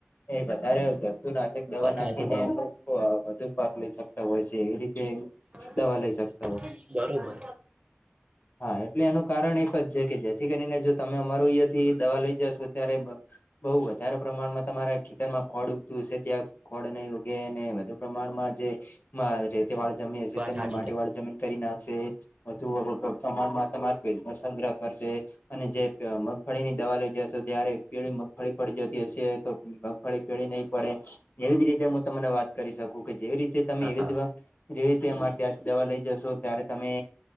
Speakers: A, on the left; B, on the right.
A: એ વધારે જંતુનાશક દવા
B: વાત
A: નાખ-
B: હાચી
A: એ એમ <inaudible> વધુ પાક લઈ સકતા હોય છે. એવી રીતે
B: તમારી
A: દવા લઈ શક
B: બરોબર.
A: હા, એટલે એનું કારણ એક જ છે કે જેથી કરીને, જો તમે અમારું યા થી દવા લઈ જશો, ત્યારે બહુ વધારે પ્રમાણમાં તમારા ખેતર માં ખોડ ઉગતું હશે, ત્યાં ખોડ ને ઉગેને વધુ પ્રમાણમાં જે મા રેતી વાળી જમી હશે.
B: વાત
A: તેમને
B: હાચી
A: માટી
B: તમારી
A: વાડી જમીન કરી ને આપશે વધુ <inaudible> <unintelligible> પ્રમાણમાં તમારા પેટમાં સંગ્રહ કરશે. અને જે મગફળીની દવા લઈ જશો ત્યારે પીળી મગફળી પડી જતી હશે, તો મગફળી પીળી નહી પડે. એવી જ રીતે હું તમને વાત કરી શકું કે જેવી રીતે તમે
B: હા
A: એવી દવા, જેવી રીતે અમારે ત્યાંથી દવા લઈ જશો. ત્યારે તમે